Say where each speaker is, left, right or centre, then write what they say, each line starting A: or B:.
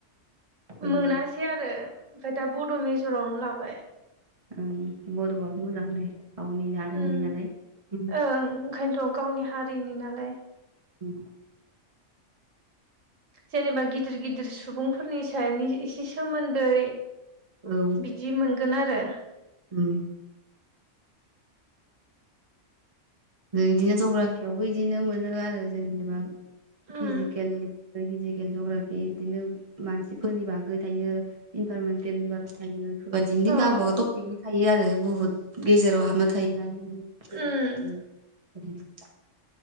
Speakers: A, on the right; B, on the right.
A: औ ओं
B: मोनासै आरो ओमफ्राय दा बड' मेजरावनो लाबाय।
A: ओं बड' आबो मोजां दे। गावनि हारिनि
B: उम
A: नालाय उम
B: ओं ओंखायनोथ' गावनि हारिनि नालाय
A: उम
B: जेनेबा गिदिर गिदिर सुबुंफोरनि सानि एसे सोमोन्दै।
A: औ
B: बिदि मोनगोन आरो।
A: उम। बिदिनो जग्राफियावबो बिदिनो मोनो आरो जेनेबा फिजिकेल
B: उम
A: फिजिकेल जग्राफि इदिनो मानसिफोरनि बागै थायो। इनभार'नमेनटेलनिबो थायो। बेबायदिनो
B: अ
A: गावबागाव थटफिकै थायो आरो बुहुत गेजेराव हाबना थायोना <unintelligible> <unintelligible>
B: उम